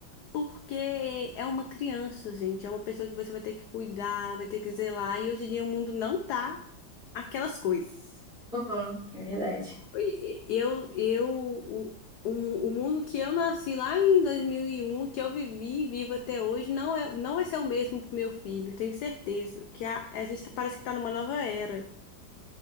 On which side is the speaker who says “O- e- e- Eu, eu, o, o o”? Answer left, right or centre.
Left